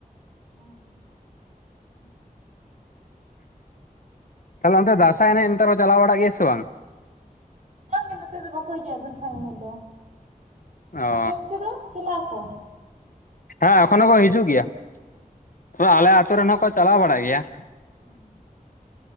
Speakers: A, on the right; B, on the left.
A: <unintelligible>
B: ᱛᱟᱦᱞᱮ ᱚᱱᱛᱮ ᱫᱟᱸᱥᱟᱭ ᱮᱱᱮᱡ ᱱᱮᱛᱟᱨ ᱠᱚ ᱪᱟᱞᱟᱣ ᱵᱟᱲᱟᱜ ᱜᱮᱭᱟ ᱥᱮ ᱵᱟᱝ?
A: ᱵᱟᱝᱜᱮ ᱱᱚᱛᱮ ᱫᱚ ᱵᱟᱠᱚ ᱦᱤᱡᱩᱜᱼᱟ ᱫᱟᱸᱥᱟᱭ ᱮᱱᱮᱡ ᱫᱚ
B: ᱚ
A: ᱟᱯᱮ ᱚᱱᱛᱮ ᱫᱚ ᱪᱟᱞᱟᱜ ᱟᱠᱚ?
B: ᱦᱮᱸ ᱮᱠᱷᱚᱱᱳ ᱠᱚ ᱦᱤᱡᱩᱜ ᱜᱮᱭᱟ ᱛᱚᱵᱮ ᱟᱞᱮ ᱟᱹᱛᱩᱳ ᱨᱮᱱ ᱦᱚᱸ ᱠᱚ ᱪᱟᱞᱟᱣ ᱵᱟᱲᱟᱜ ᱜᱮᱭᱟ।
A: <unintelligible>